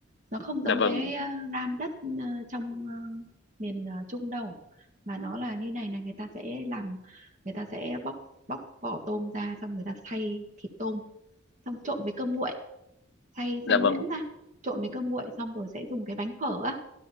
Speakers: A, on the right (about 40°); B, on the left (about 60°).
A: nó không
B: dạ
A: giống
B: vâng
A: cái ờ, ram đất ờ, trong ờ, miền ờ, Trung đâu mà nó là như này là người ta sẽ làm người ta sẽ bóc bóc vỏ tôm ra xong người ta xay thịt tôm xong trộn với cơm nguội xay
B: dạ
A: xay nhuyễn
B: vâng
A: ra trộn với cơm nguội xong rồi sẽ dùng cái bánh phở á